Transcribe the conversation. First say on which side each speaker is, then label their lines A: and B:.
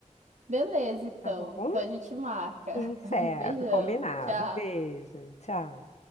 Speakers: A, on the right; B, on the left.
A: Beleza, então.
B: tá bom?
A: Então a gente marca.
B: Sim, certo,
A: <laughs> Um beijão.
B: combinado.
A: Tchau.
B: Um beijo, tchau.